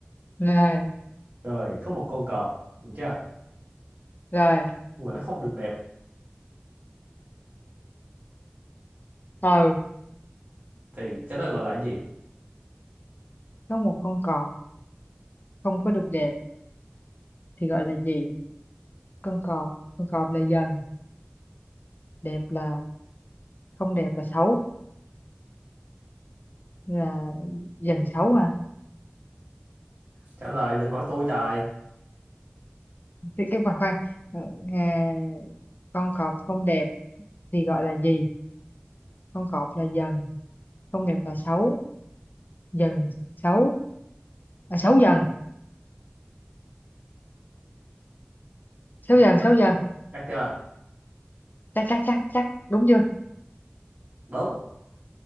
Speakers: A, on the left (about 50°); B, on the right (about 40°).
A: rồi
B: rồi có một con cọp, được chưa?
A: rồi
B: Nhưng mà nó không được đẹp
A: ừ
B: thì cái đó gọi là cái gì?
A: có một con cọp không có được đẹp thì gọi là gì con cọp con cọp là dần đẹp là không đẹp là xấu là dần xấu hả
B: Trả lời đừng hỏi tôi trời.
A: cái cái khoan khoan Ờ, nghe- con cọp không đẹp thì gọi là gì con cọp là dần không đẹp là xấu dần xấu à, xấu dần xấu
B: Chắc
A: dần xấu dần
B: chắc chưa?
A: chắc chắc chắc chắc đúng chưa
B: Đúng.